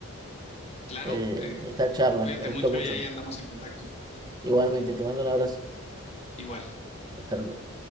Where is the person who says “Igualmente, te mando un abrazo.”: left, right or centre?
Right